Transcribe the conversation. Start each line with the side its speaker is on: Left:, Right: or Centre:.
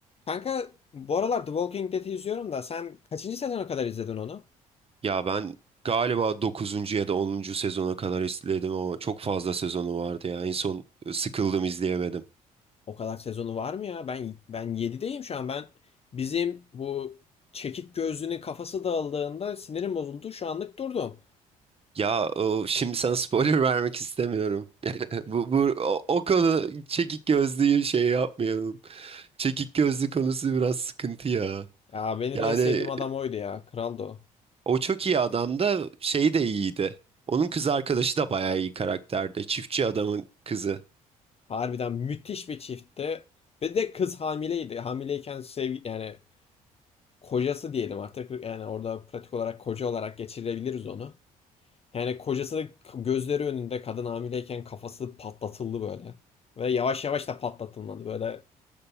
Left: Kanka bu aralar The Walking Dead'i izliyorum da sen kaçıncı sezona kadar izledin onu?
Right: Ya ben galiba dokuzuncu ya da onuncu sezona kadar izledim ama çok fazla sezonu vardı ya. En son sıkıldım izleyemedim.
Left: O kadar sezonu var mı ya? Ben ben 7'deyim şu an. Ben bizim bu çekik gözlünün kafası dağıldığında sinirim bozuldu. Şu anlık durdum.
Right: Ya o, şimdi sana spoiler <laughs> vermek istemiyorum. <laughs> Bu, bu o, o konu çekik gözlüyü şey yapmayalım. Çekik gözlü konusu biraz sıkıntı ya.
Left: Ya benim
Right: Yani
Left: en sevdiğim adam oydu ya. Kraldı o.
Right: o çok iyi adam da şey de iyiydi. Onun kız arkadaşı da bayağı iyi karakterde Çiftçi adamın kızı.
Left: Harbiden müthiş bir çiftti. Ve de kız hamileydi. Hamileyken sevgi yani kocası diyelim artık. Yani orada pratik olarak koca olarak geçirebiliriz onu. Yani kocası da gözleri önünde kadın hamileyken kafası patlatıldı böyle. Ve yavaş yavaş da patlatılmadı böyle.